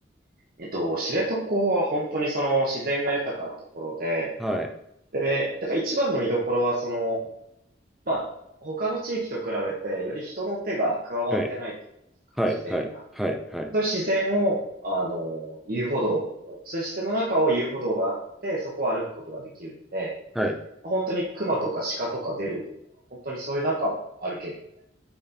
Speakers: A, on the right (about 50°); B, in the centre.
A: えっと、知床は本当にその自然が豊かなところで、
B: はい、
A: で、やっぱ一番の見どころはその、まあ、他の地域と比べてより人の手が加わってないといいますか、
B: はい、はい、
A: 自然が。
B: はい、はい、はい。
A: そういう自然を、あの、遊歩道、そういう自然の中を遊歩道があって、そこを歩くことができるので、
B: はい
A: 本当に熊とか鹿とか出るような、本当にそういう中を歩ける。